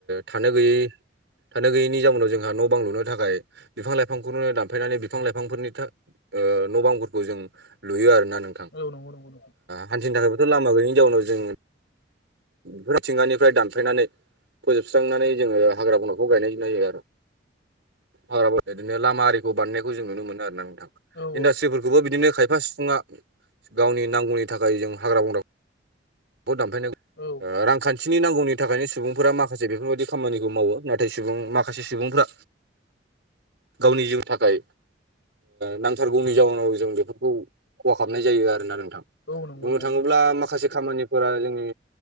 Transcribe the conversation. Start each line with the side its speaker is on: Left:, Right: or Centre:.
Right: थानो गैयै थानो गैयैनि जाउनाव जोंहा न' बां लुनो थाखाय बिफां लाइफांखौनो दानफायनानै बिफां लाइफांफोरनि न' बांफोरखौ जों लुयो आरोना नोंथां
Left: औ नंगौ नंगौ नोंथां
Right: हान्थिनो थाखायबोथ' लामा गैयिनि जाउनाव जों बेफोर मिथिंगानिफ्राय दानफायनानै फोजोबस्रांनानै जोङो हाग्रा बंग्रा खौ गायनाय जायो आरो हाग्रा बंग्रा बिदिनो लामा आरिखौ बानायनायखौ जों नुनो मोनो आरो ना नोंथां
Left: औ
Right: इन्डासट्रिफोरखौबो बिदिनो खायफा सिबुङा गावनि गावनि नांगौनि थाखाय जों हाग्रा बंग्रा दानफायनो
Left: औ
Right: रांखान्थिनि नांगौनि थाखायनो सुबुंफोरा माख माखासे बेफोरबायदि खामानिखौ मावो नाथाय सुबुं माखासे सुबुंफ्रा गावनि जिउनि थाखाय नांथारगौनि जाउनाव जों बेफोरखौ खहा खालामनाय जायो आरोना नोंथां
Left: औ नंगौ
Right: बुंनो
Left: नंगौ
Right: थाङोब्ला
Left: नोंथां
Right: माखासे खामानिफोरा जोंनि